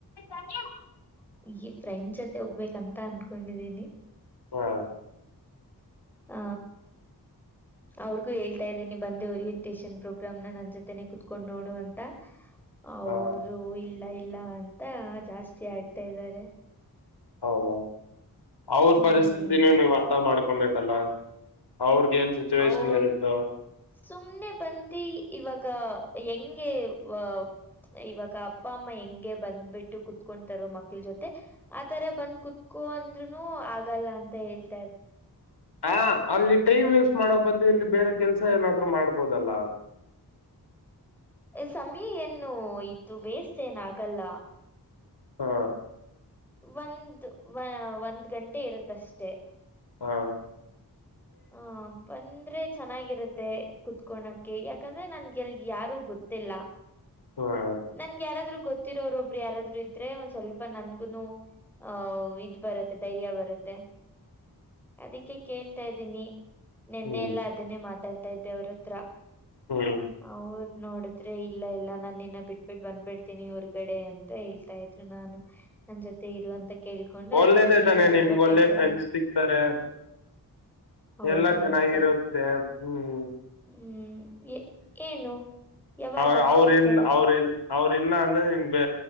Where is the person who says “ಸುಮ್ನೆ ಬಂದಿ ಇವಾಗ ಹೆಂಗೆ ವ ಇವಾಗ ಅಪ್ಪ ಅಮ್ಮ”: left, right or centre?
Centre